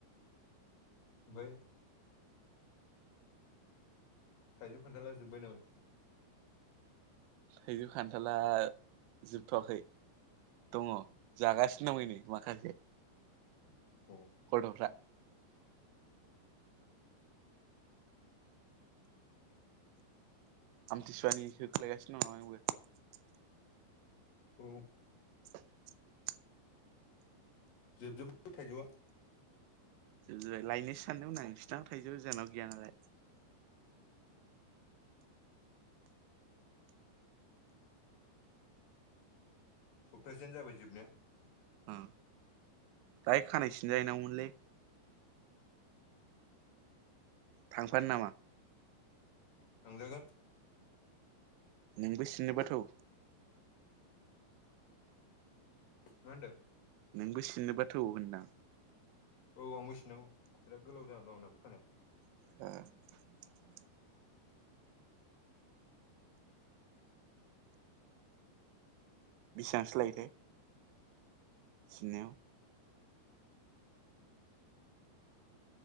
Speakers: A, on the left; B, on the right.
A: ओफ्राय थाइजौ खान्थाला जोबबाय नामा
B: थैजौ खान्थाला जोब थ'वाखै दङ जागासिनो दं ओइ नै माखासे
A: <inaudible>
B: <unintelligible> आमथिसुवानि होख्लायगासिनो दं नामा नोंबो
A: औ
B: <inaudible>
A: जोबजोबबाय थाइजौआ
B: जोबजोबबाय लायनोसो सानदोंमोन आं नोंसिनाव थाइजौ जानाव गैया नालाय
A: सप्तासेआनो जाबाय जोबनाया
B: उम दाहाय खानाय सिनजा हैनां गौमोनलै थांफानो नामा?
A: थांजागोन
B: नोंबो सिनोबा थौ
A: मा होनदों?
B: नोंबो सिननोबाथौ होनदां
A: औ आंबो सिननांगौ बिराद गोलाव जाना दं आंनाबो खानाया
B: <unintelligible> बेसांसो लायो थाय? सिननायाव